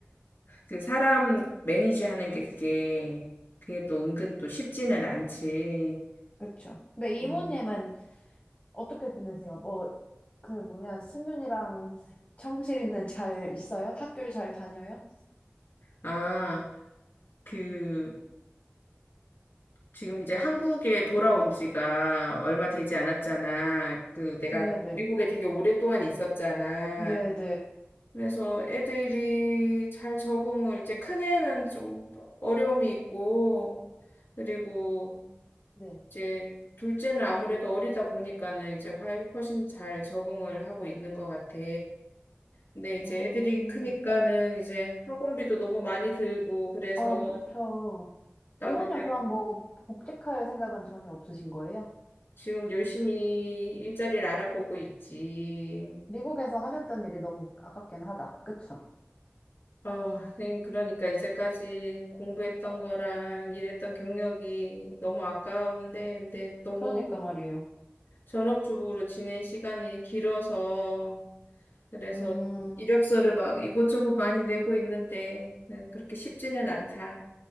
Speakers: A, on the left (about 60°); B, on the left (about 35°).
A: 그 사람 매니지 하는 게 그게, 그게 또 은근 또 쉽지는 않지.
B: 그렇죠. 근데 이모님은
A: 음.
B: 어떻게 지내세요? 뭐, 그 뭐냐, 승윤이랑 청실이는 잘 있어요? 학교 잘 다녀요?
A: 아, 그, 지금 이제 한국에 돌아온 지가 얼마 되지 않았잖아. 그 내가
B: 네네.
A: 미국에 되게 오랫동안 있었잖아.
B: 네네.
A: 그래서 애들이 잘 적응을 이제 큰애는 좀 어려움이 있고 그리고
B: 네.
A: 이제 둘째는 아무래도 어리다 보니까는 이제 훨- 훨씬 잘 적응을 하고 있는 것 같아. 근데 이제
B: 아,
A: 애들이 크니까는 이제 학원비도 너무 많이 들고 그래서
B: 아, 그쵸.
A: 나도
B: 이모님
A: 이제
B: 그럼 뭐 복직할 생각은 전혀 없으신 거예요?
A: 지금 열심히 일자리를 알아보고 있지.
B: 미국에서 하셨던 일이 너무 아깝긴 하다. 그쵸?
A: 어, 선생님, 그러니까 이제까지 공부했던 거랑 일했던 경력이 너무 아까운데, 근데 너무
B: 그러니까 말이에요.
A: 전업주부로 지낸 시간이 길어서, 그래서
B: 음,
A: 이력서를 막 이곳저곳 많이 내고 있는데, 네, 그렇게 쉽지는 않다.